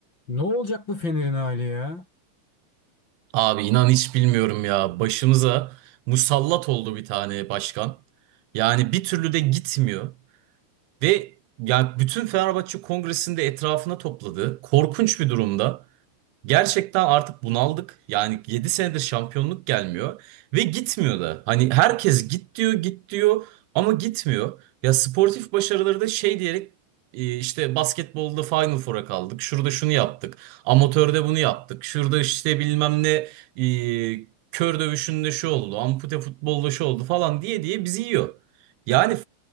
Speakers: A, on the left; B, on the right.
A: Ne olacak bu Fener'in hali ya?
B: Abi inan hiç bilmiyorum ya. Başımıza musallat oldu bir tane başkan. Yani bir türlü de gitmiyor. Ve ya bütün Fenerbahçe Kongresi'nde etrafına topladı. Korkunç bir durumda. Gerçekten artık bunaldık. Yani 7 senedir şampiyonluk gelmiyor ve gitmiyor da. Hani herkes git diyor, git diyor ama gitmiyor. Ya sportif başarıları da şey diyerek e, işte basketbolda Final Four'a kaldık. Şurada şunu yaptık. Amatörde bunu yaptık. Şurada işte bilmem ne e, kör dövüşünde şu oldu. Ampute futbolda şu oldu falan diye diye bizi yiyor. Yani